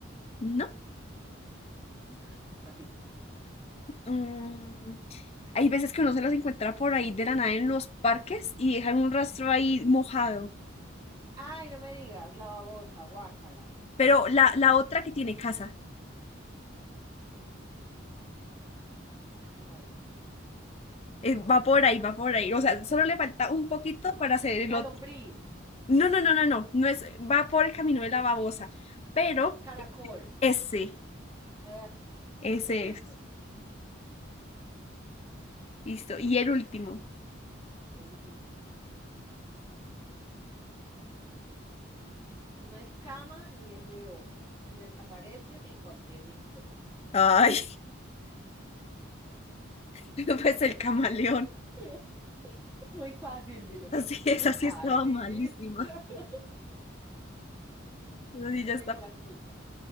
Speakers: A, on the left; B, on the right.
A: ¿No?
B: No, nada, otra pista.
A: Mm, hay veces que uno se las encuentra por ahí de la nada en los parques y dejan un rastro ahí mojado.
B: Ay, no me digas, la babosa, guácala.
A: Pero la, la otra que tiene casa,
B: Ay,
A: eh, va por ahí, va por ahí. O sea, solo le falta un poquito para hacer el
B: la
A: otro.
B: lombriz,
A: No, no, no, no, no. No es, va por el camino de la babosa. Pero
B: caracol.
A: ese,
B: Ah,
A: ese
B: <laughs>
A: es. Listo. Y el último.
B: el último. No es cama ni es león y desaparece en cualquier rincón.
A: Ay, <laughs> pues el camaleón.
B: <laughs> Muy fácil, dilo.
A: Así es,
B: Muy
A: así
B: fácil.
A: estaba malísima.
B: <laughs>
A: Así
B: No
A: ya
B: tengo
A: está.
B: la culpa.